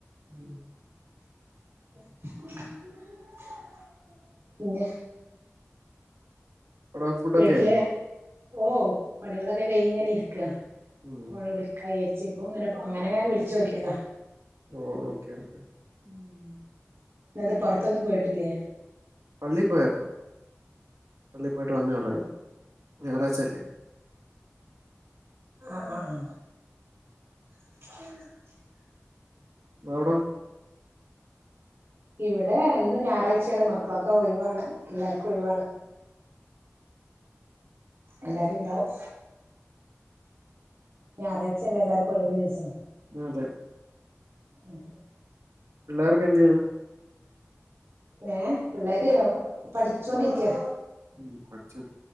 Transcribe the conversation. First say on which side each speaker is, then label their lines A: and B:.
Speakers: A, on the right; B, on the right.
A: മ്മ്
B: <unintelligible> പിന്നെ
A: എടോ ഫുഡൊക്കേയൊ
B: വീട്ടില് ഓ പണികളൊക്കെ കയിഞ്ഞ് ങ്ങനെ ഇരിക്ക.
A: ഉം
B: <unintelligible> ച്ചിപ്പോങ്ങനെ പൊങ്ങനെനെ വിളിച്ചോക്കിയതാ.
A: ഓ ഓക്കെ ഓക്കെ.
B: ഉം ഇന്നെന്തേ പുറത്തൊന്നും പോയിട്ടില്ലേ?
A: പള്ളിയി പോയാരുന്നു പള്ളി പോയിട്ട് വന്നേ ഉള്ളായിരുന്നു. ഞായറാഴ്ചയല്ലേ?
B: ആഹ് ആഹ്. <unintelligible>
A: അവിടോ
B: ഇവിടെ ഇന്ന് ഞായറാഴ്ചയാണ് മക്കളൊക്കെ ഒഴിവാണ് എല്ലാർക്കും ഒഴിവാണ്. എല്ലാരും ഉണ്ടാവും. ഞായറാഴ്ചല്ലേ എല്ലാർക്കും ഒഴിവു യുള്ള ദിവസം
A: അതെ.
B: ഉം.
A: പിള്ളേരൊക്കെ എന്തെയ്യണ്?
B: ഏ പിള്ളേര് പഠിച്ചോണ്ടിരിക്ക.
A: ഉം പഠിച്ചോ